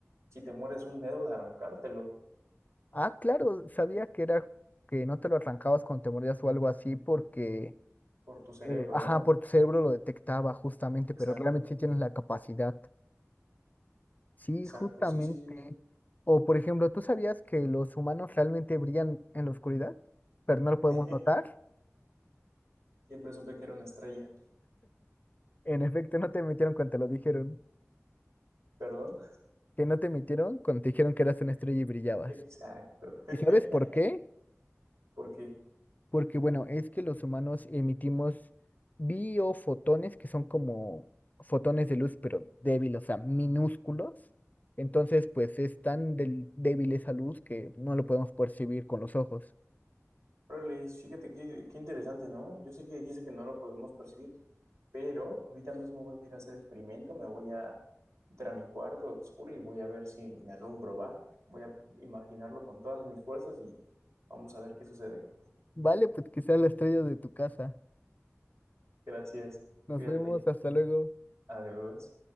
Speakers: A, on the right (about 70°); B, on the left (about 35°).
A: si te mueres un dedo, de arrancártelo
B: Ah, claro, sabía que era que no te lo arrancabas cuando te mordías o algo así porque,
A: por tu cerebro,
B: eh, ajá,
A: ¿no?
B: por tu cerebro lo detectaba justamente,
A: Exacto,
B: pero realmente sí tienes la capacidad. Sí,
A: exacto.
B: justamente.
A: Sí, sí, sí, sí.
B: O por ejemplo, ¿tú sabías que los humanos realmente brillan en la oscuridad, pero no lo podemos
A: <laughs>
B: notar?
A: Siempre supe que era una estrella.
B: En efecto, no te metieron cuando te lo dijeron.
A: ¿Perdón?
B: que no te emitieron cuando te dijeron que eras una estrella y brillabas.
A: Exacto. <laughs>
B: ¿Y sabes por qué?
A: Porque,
B: Porque, bueno, es que los humanos emitimos biofotones, que son como fotones de luz, pero débiles, o sea, minúsculos. Entonces, pues es tan del- débil esa luz que no lo podemos percibir con los ojos.
A: órales, fíjate qué, qué interesante, ¿no? Yo sé que dijiste que no lo podemos percibir, Pero ahorita mismo voy a ir a hacer el experimento, me voy a entrar a mi cuarto oscuro y voy a ver si me alumbro, ¿va? Voy a imaginarlo con todas mis fuerzas y vamos a ver qué sucede.
B: Vale, pues que sea la estrella de tu casa.
A: Gracias,
B: Nos
A: cuídate,
B: vemos, hasta luego.
A: adiós.